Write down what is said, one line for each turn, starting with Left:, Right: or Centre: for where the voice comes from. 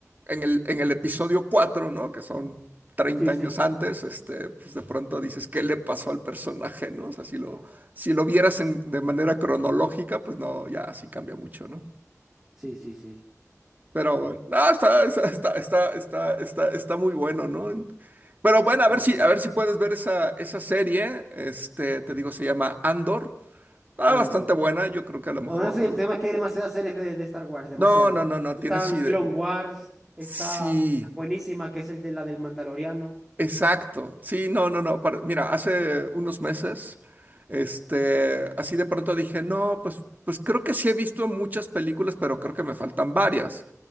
Right: en el, en el episodio 4, ¿no? Que son treinta
Centre: Sí,
Right: años
Centre: sí.
Right: antes, este, pues de pronto dices, ¿qué le pasó al personaje, ¿no? O sea, si lo, si lo vieras en- de manera cronológica, pues no, ya sí cambia mucho, ¿no?
Centre: Sí, sí, sí.
Right: Pero bueno, no, está, está, está, está, está, está, está muy bueno, ¿no? En- Pero bueno, a ver
Centre: Sí,
Right: si,
Centre: sí.
Right: a ver si puedes ver esa, esa serie. Este, te digo, se llama Andor. Está
Centre: Andor.
Right: bastante buena. Yo creo que a lo mejor.
Centre: Aún así, el tema es que hay demasiadas series de, de Star Wars, demasiadas.
Right: No, no, no, no,
Centre: Están
Right: tienes idea.
Centre: Clone Wars, está
Right: Sí,
Centre: buenísima, que es el de la del Mandaloriano.
Right: exacto. Sí, no, no, no. para- Mira, hace unos meses, este, así de pronto dije, no, pues, pues creo que sí he visto muchas películas, pero creo que me faltan varias.